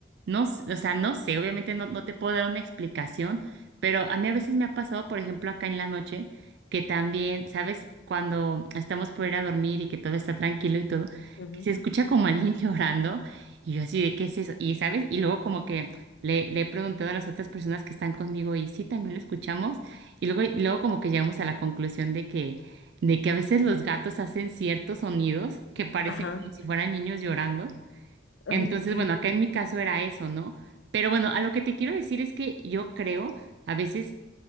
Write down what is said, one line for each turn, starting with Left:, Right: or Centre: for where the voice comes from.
Right: no, s- o sea, no sé, obviamente no, no te puedo dar una explicación, pero a mí a veces me ha pasado, por ejemplo, acá en la noche, que también, ¿sabes? Cuando estamos por ir a dormir y que todo está tranquilo y todo,
Left: Ujú.
Right: que se escucha como alguien <laughs> llorando y yo así de, ¿qué es eso? Y, ¿sabes? Y luego como que le, le he preguntado a las otras personas que están conmigo y sí, también lo escuchamos y luego, y luego como que llegamos a la conclusión de que de que a veces los gatos hacen ciertos sonidos que parecen
Left: Ajá.
Right: como si fueran niños llorando.
Left: Ay,
Right: Entonces,
Left: sí,
Right: bueno, acá en mi caso era eso, ¿no? Pero bueno, a lo que te quiero decir es que yo creo a veces